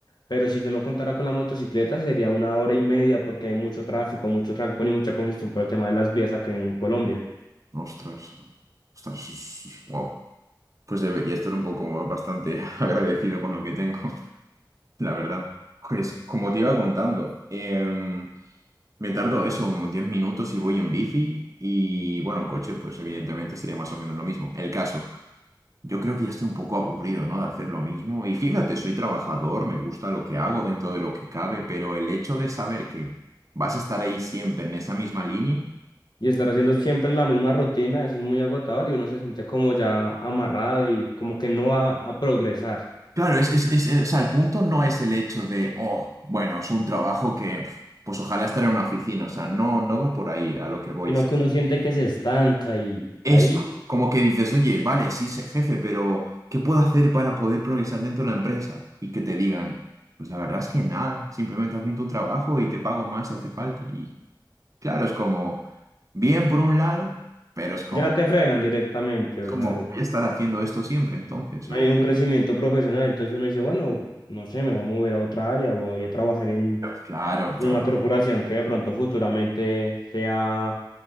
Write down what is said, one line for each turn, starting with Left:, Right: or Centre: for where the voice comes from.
Left: Pero si yo no contara con la motocicleta, sería una hora y media porque hay mucho tráfico, mucho trancón y mucha congestión por el tema de las vías acá en Colombia.
Right: Ostras, ostras, wow. Pues debería estar un poco bastante <laughs> agradecido con lo que tengo. La verdad, pues como te iba contando, em, me tardo eso, unos 10 minutos y voy en bici y bueno, en coche pues evidentemente sería más o menos lo mismo. El caso, yo creo que ya estoy un poco aburrido, ¿no? De hacer lo mismo y fíjate, soy trabajador, me gusta lo que hago dentro de lo que cabe, pero el hecho de saber que vas a estar ahí siempre en esa misma línea,
Left: Y estar haciendo siempre la misma rutina, eso es muy agotador y uno se siente como ya amarrado y como que no va a progresar,
Right: claro, es, es, es- es- o sea, el punto no es el hecho de, oh, bueno, es un trabajo que... pf, Pues ojalá estar en una oficina, o sea, no, no va por ahí a lo que voy,
Left: sino que uno siente que se estanca y
Right: Eso,
Left: ahí
Right: como que dices, oye, vale, sí, sé jefe, pero ¿qué puedo hacer para poder progresar dentro de la empresa? Y que te digan, pues la verdad es que nada, simplemente haz bien tu trabajo y te pago más si hace falta. Y claro, es como, bien por un lado, pero es como,
Left: ya te frenan directamente.
Right: es
Left: O
Right: como
Left: sea,
Right: voy a estar haciendo esto siempre, entonces,
Left: no
Right: o,
Left: hay un crecimiento profesional, entonces uno dice, bueno, no sé, me voy a mover a otra área, voy a trabajar en,
Right: claro,
Left: en
Right: no.
Left: una corporación que de pronto futuramente sea